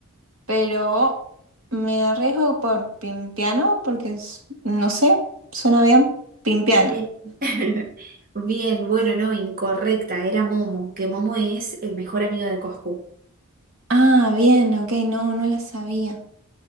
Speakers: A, on the right (about 65°); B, on the right (about 40°).
A: pero me arriesgo por Pimpiano porque es- no sé, suena bien. Pimpiano.
B: Eh, <laughs> Bien, bueno, no, incorrecta, era Momo, que Momo es el mejor amigo de Coscu.
A: Ah, bien, ok, no, no la sabía.